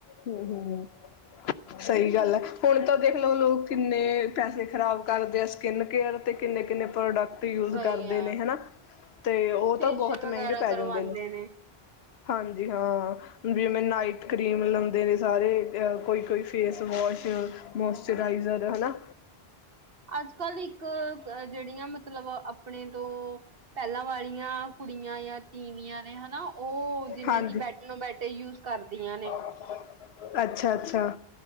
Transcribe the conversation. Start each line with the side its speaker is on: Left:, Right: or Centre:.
Left: ਹਮ- ਹਮ। ਸਈ ਗੱਲ ਐ, ਹੁਣ ਤਾਂ ਦੇਖ ਲਓ ਲੋਕ ਕਿੰਨੇ ਪੈਸੇ ਖ਼ਰਾਬ ਕਰਦੇ ਆ, ਸਕਿੰਨ ਕੇਅਰ ਤੇ, ਕਿੰਨੇ- ਕਿੰਨੇ ਪ੍ਰੋਡਕਟ ਯੂਜ
Right: ਸਹੀ
Left: ਕਰਦੇ
Right: ਐ।
Left: ਨੇ, ਹਨਾ ਤੇ ਓ
Right: ਫੇਸ਼ੀਅਲ
Left: ਤਾਂ ਬਹੁਤ ਮੈੰਹੰਗੇ
Right: ਵਗੈਰਾ
Left: ਪੈ
Right: ਕਰਵਾਂਦੇ
Left: ਜਾਂਦੇ ਨੇ। ਹਾਂਜੀ ਹਾਂ, ਜਿਵੇਂ ਨਾਈਟ ਕਰੀਮ, ਲ ਦੇ, ਨੇ ਸਾਰੇ ਕੋਈ ਕੋਈ ਫੇਸ ਵੋਸ਼, ਮੋਸਚਰਾਈਜ਼ਰ ਹਨਾ
Right: ਅੱਜ -ਕੱਲ੍ਹ, ਇੱ ਇੱਕ, ਜੇਹੜੀਆਂ ਮਤਲਬ, ਆਪਣੇ ਤੋਂ ਪੈਲਾਂ ਵਾਲੀਆਂ ਕੁੜੀਆਂ ਯਾ ਤੀਵੀਆਂ ਨੇ ਹਨਾ, ਓ ਜਿਵੇਂ
Left: ਹਾਂਜੀ
Right: ਕਿ ਬੈਟਨੋ ਬੈਟ ਯੂਜ ਕਰਦੀਆਂ ਨੇ।
Left: ਹ ਅੱਛਾ ਅੱਛਾ